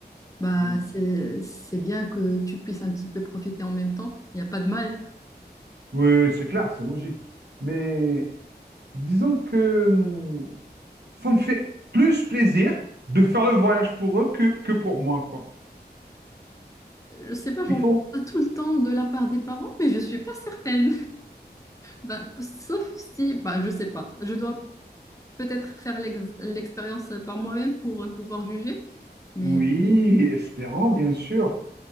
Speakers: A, on the left; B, on the right.
A: bah
B: Ouais.
A: c'est c'est bien que tu puisses un petit peu profiter en même temps. Il n'y a pas de mal.
B: Oui, c'est clair, c'est logique. Mais disons que hum, ça me fait plus plaisir de faire le voyage pour eux que, que pour moi, quoi.
A: Je sais pas, j'entends
B: Il faut.
A: ça tout le temps de la part des parents, mais je suis pas certaine. Ben, sauf si, ben, je sais pas. Je dois peut-être faire l'ex- l'expérience par moi-même pour euh, pouvoir juger. Mais
B: Oui, espérant, bien sûr.